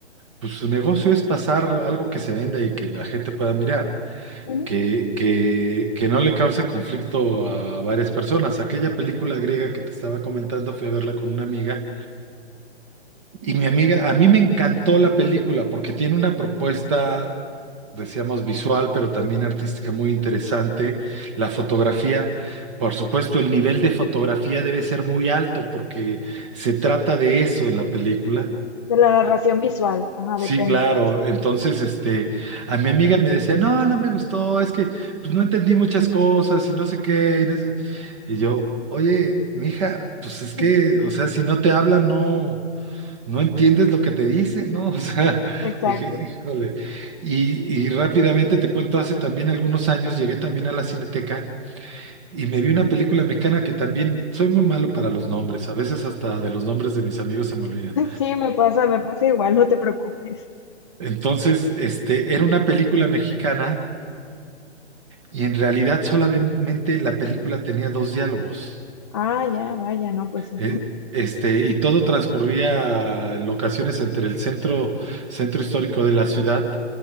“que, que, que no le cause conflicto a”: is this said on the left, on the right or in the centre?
Right